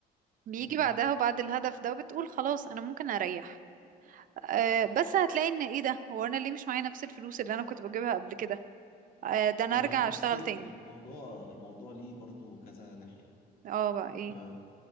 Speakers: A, on the right (about 55°); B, on the left (about 60°).
A: بيجي
B: مم.
A: بعدها وبعد الهدف ده وبتقول خلاص انا ممكن اريح أه بس هتلاقي ان ايه ده هو انا ليه مش معايا نفس الفلوس اللي انا كنت بجيبها قبل كده أه ده انا
B: ما
A: ارجع
B: هي بصي
A: اشتغل تاني
B: الموضوع الموضوع ليه برضو كذا ناحيه
A: اه بقى ايه
B: تمام